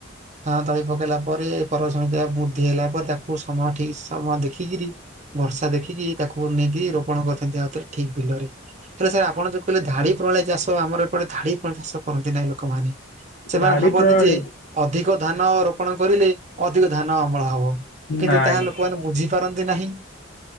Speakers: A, on the right (about 35°); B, on the left (about 80°).
A: ଧା ତଳି ପକେଇଲା ପରେ ପରବର୍ତୀ ସମରେ ବୃଦ୍ଧି ହେଲା ପରେ ତାକୁ ସମୟ ଠିକ୍ ସମୟ ଦେଖିକିରି ବର୍ଷା ଦେଖିକି ତାକୁ ନେଇକି ରୋପଣ କରିଥାନ୍ତି ଆଉଥରେ ଠିକ୍ ବିଲରେ। ହେଲେ ସାର୍ ଆପଣ ଯଉ କହିଲେ ଧାଡ଼ି ପ୍ରଣାଳୀ ଚାଷ ଆମର ଏପଟେ ଧାଡ଼ି ପ୍ରଣାଳି ଚାଷ କରନ୍ତି ନାଇଁ ଲୋକମାନେ। ସେମାନେ
B: ଧାଡି
A: ଭାବନ୍ତି
B: ପ୍ରଣାଳୀ
A: ଯେ ଅଧିକ ଧାନ ରୋପଣ କରିଲେ ଅଧିକ ଧାନ ଅମଳ ହବ କିନ୍ତୁ
B: ନାଇଁ
A: ତାହା ଲୋକମାନେ ବୁଝି କରନ୍ତି ନାହିଁ।